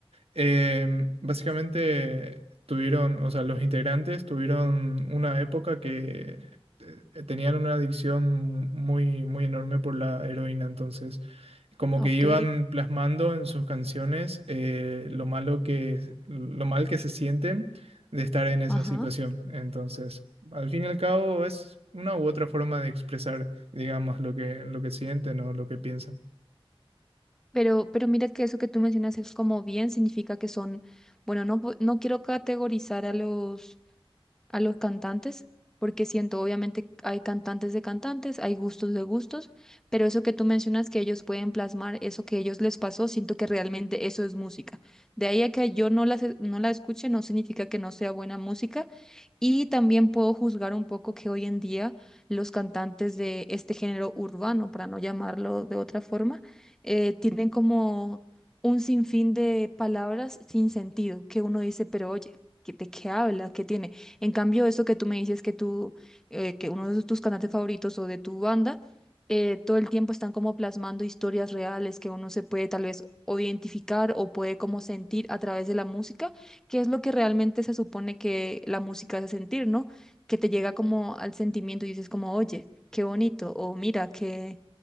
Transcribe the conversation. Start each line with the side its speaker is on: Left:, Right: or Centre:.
Right: eh, básicamente tuvieron, o sea, los integrantes tuvieron una época que eh, eh, tenían una adicción muy, muy enorme por la heroína, entonces como
Centre: ok,
Right: que iban plasmando en sus canciones eh, lo malo que, lo mal que se sienten de estar en esa
Centre: ajá.
Right: situación. Entonces, al fin y al cabo es una u otra forma de expresar, digamos, lo que, lo que sienten o lo que piensan.
Centre: Pero, pero mira que eso que tú mencionas es como bien significa que son, bueno, no, pu- no quiero categorizar a los, a los cantantes, porque siento, obviamente, hay cantantes de cantantes, hay gustos de gustos, pero eso que tú mencionas que ellos pueden plasmar, eso que ellos les pasó, siento que realmente eso es música. De ahí a que yo no la, se- no la escuche, no significa que no sea buena música. Y también puedo juzgar un poco que hoy en día los cantantes de este género urbano, para no llamarlo de otra forma, eh, tienen como un sinfín de palabras sin sentido, que uno dice, pero oye, ¿qué- ¿de qué habla? ¿Qué tiene? En cambio, eso que tú me dices que tú, eh, que uno de tus cantantes favoritos o de tu banda, eh, todo el tiempo están como plasmando historias reales que uno se puede tal vez o identificar o puede como sentir a través de la música, que es lo que realmente se supone que la música hace sentir, ¿no? Que te llega como al sentimiento y dices como, oye, qué bonito, o mira, que